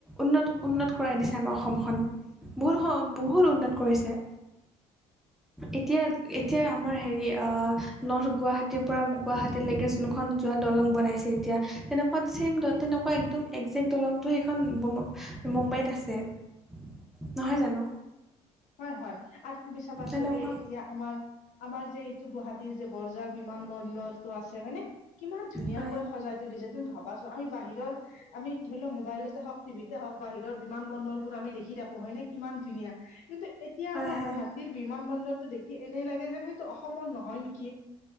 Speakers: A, in the centre; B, on the left (about 75°).
A: উন্নত। উন্নত কৰাই দিছে আমাৰ অসমখন বহুত বহুত উন্নত কৰিছে।
B: <inaudible>
A: এতিয়া এতিয়া আমাৰ হেৰি অ নৰ্থ গুৱাহাটীৰ পৰা গুৱাহাটী লৈকে যোনখন। যোৱা দলং বনাইছে এতিয়া তেনেকুৱাত চছেম দ তেনেকুৱা একদম একজেক্ট দলংটো সেইখন। মুম্বাইত আছে নহয় জানো।
B: হয় হয় আৰু তুমি চাবাচো
A: তেনেকুৱা
B: এ এতিয়া। আমাৰ আমাৰ যে এইটো গুৱাহাটীৰ যে বৰজাৰ বিমান বৰ। সুন্দৰটো আছে হয়নে কিমান ধুনীয়াকৈ
A: হয়
B: সজাই তুলিছে তুমি ভাবাচোন আমি বাহিৰৰ। আমি ধৰিলোঁৱা মবাইলতে হওঁক টিভিতে হওঁক বাহিৰৰ বিমান বন্দৰবোৰ আমি দেখি থাকো হয় নে। কিমান ধুনীয়া কিন্তু এতিয়া
A: হয়
B: আমাৰ
A: হয়
B: গুৱাহাটী। বিমান বন্দৰটো দেখি এনেই লাগে যেন সেইটো অসমৰ নহয় নেকি?